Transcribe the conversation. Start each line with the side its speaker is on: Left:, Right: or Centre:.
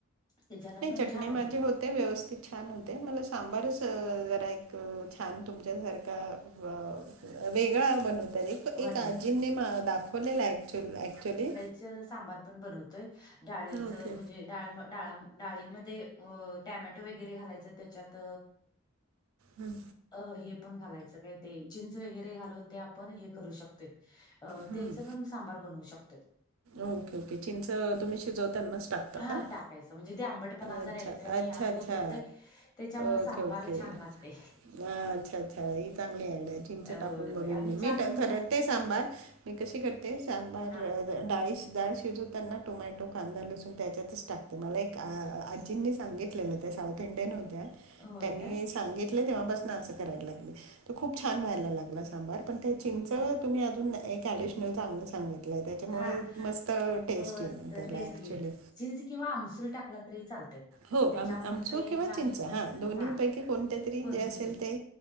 Left: त्याच्यानं
Right: नाही
Left: पण
Right: चटणी
Left: छान होतय.
Right: माझी होते. ते व्यवस्थित छान होते. मला सांबारच जरा एक छान तुमच्यासारखा व व वेगळा बनवत तर एक
Left: बंद
Right: -एक आजींनी मला दाखवलेला ऍक्च्युल ॲक्चुयली
Left: च सांबार पण बनवतोय. डाळीचं
Right: ओके
Left: म्हणजे डाळ डाळा -म डाळीमध्ये अ टॅमॅटो वगैरे घालायचं त्याच्यात
Right: हम्.
Left: अ हे पण घालायचं काय ते चिंच वगैरे घालून ते आपण हे करू शकतोय. अ
Right: हम्म
Left: तेचं पण सांबार बनवू शकतोय.
Right: ओके ओके चिंचं तुम्ही शिजवतांनाच टाक ताना.
Left: हा टाकायचं म्हणजे ते आंबटपणा जरा
Right: अच्छा
Left: येतोय आणि
Right: अच्छा
Left: अर्क
Right: अच्छा
Left: उतरतय त्याच्यामुळे
Right: ओके
Left: सांबार
Right: ओ -के.
Left: छान लागतय.
Right: अ अच्छा अच्छा ही चांगली आयड्या आहे चिंच
Left: होय
Right: टाकून
Left: होय
Right: बघेन
Left: आणि
Right: मी. मी
Left: छान
Right: करते
Left: मस्त
Right: सांभार. मी कशी करते सांबार
Left: हा
Right: डाळी डाळ शिजवताना टोमॅटो, कांदा लसूण त्याच्यातच टाकते मला एक आजींनी सांगितलेलं. त्या साऊथ इंडियन होत्या
Left: होय
Right: त्यांनी
Left: काय
Right: सांगितले तेव्हा पासन असं करायला लागले. त खूप छान व्हायला लागल सांबार पण ते चिंच तुम्ही अजून एक ऍडिशनल चांगलं सांगितलंय त्या त्याच्यामुळे
Left: हा
Right: मस्त टेस्ट
Left: अ
Right: येनार त्याला
Left: टेस्ट
Right: ॲक्चुयली.
Left: येईल चिंच किंवा आमसूल टाकला तरी चालते
Right: हो
Left: त्याच्यामुळे
Right: आम आमचो
Left: ते
Right: किंवा
Left: छान
Right: चिंच हां दोन्हीपैकी
Left: हा
Right: कोणत्या तरी
Left: कोणती
Right: जे असेल ते